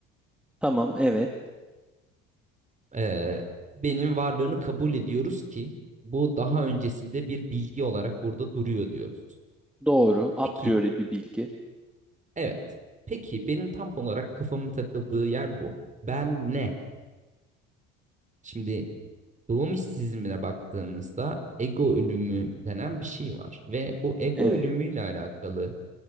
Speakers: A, in the centre; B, on the right.
A: Tamam evet.
B: Ee, benim varlığını kabul ediyoruz ki bu daha öncesinde bir bilgi olarak burada duruyor diyoruz.
A: Doğru. A
B: Peki
A: priori bir bilgi.
B: evet. Peki benim tam olarak kafamın takıldığı yer bu. Ben ne? Şimdi doğum işsizliğine baktığımızda ego ölümü denen bir şey var. Ve bu ego
A: Evet.
B: ölümüyle alakalı